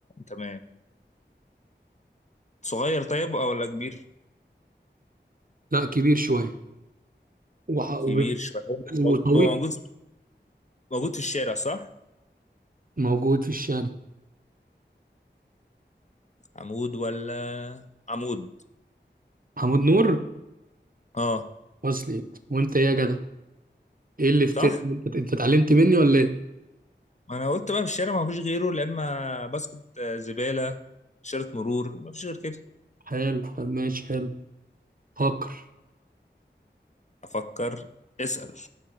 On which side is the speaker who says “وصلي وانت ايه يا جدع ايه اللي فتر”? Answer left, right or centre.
Right